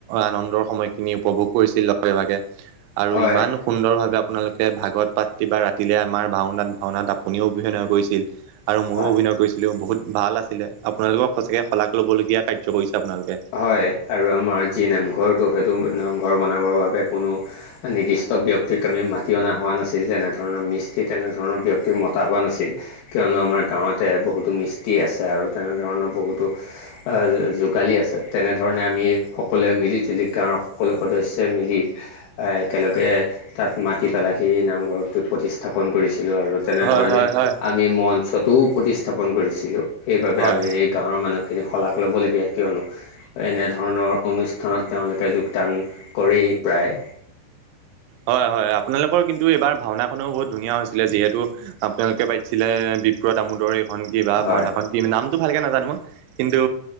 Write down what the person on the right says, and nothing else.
আনন্দৰ সময়খিনি উপভোগ কৰিছিল লগে ভাগে আৰু
ইমান সুন্দৰভাৱে আপোনালোকে ভাগত পাতি বা ৰাতিলেলৈ আমাৰ ভাওনাত ভাওনাত আপুনিও অভিনয় কৰিছিল আৰু ময়ো
অভিনয় কৰিছিলোঁ বহুত ভাল আছিলে আপোনালোকক সঁচাকে শলাগ লবলগীয়া কাৰ্য কৰিছে আপোনালোকে
উ
হয় হয় হয়
হয়
হয় হয় আপোনালোকৰ কিন্তু এইবাৰ ভাওনাখনো বহুত ধুনীয়া হৈছিলে যিহেতু আপোনালোকে পাতিছিলে দামোদৰ এইখন কি বা
ভওনাখন কি নামটো ভালকে নাজানো মই কিন্তু